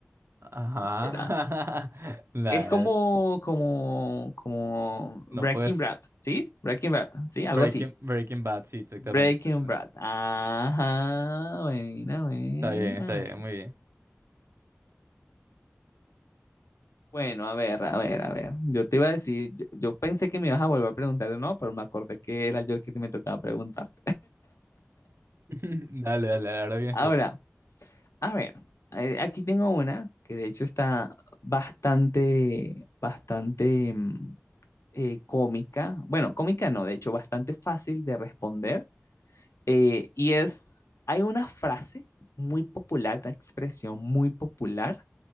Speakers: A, on the right (about 60°); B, on the left (about 85°).
A: Ajá.
B: Espera.
A: <laughs> La-
B: Es como, como, como
A: no
B: Breaking
A: puedes.
B: Bad, ¿sí? Breaking Bad, ¿sí? Algo
A: Breaking,
B: así.
A: Breaking Bad, sí, exactamente,
B: Breaking
A: exactamente.
B: Bad. Ajá, buena, buena.
A: Está bien, está bien, muy bien.
B: Bueno, a ver, a ver, a ver. Yo te iba a decir, yo, yo pensé que me ibas a volver a preguntar de nuevo, pero me acordé que era yo el que te me tocaba preguntar.
A: <laughs> Dale, dale, ahora vienes
B: Ahora,
A: tú.
B: A ver, eh, aquí tengo una que de hecho está bastante, bastante mm, eh, cómica. Bueno, cómica no, de hecho bastante fácil de responder. Eh, y es, hay una frase muy popular, una expresión muy popular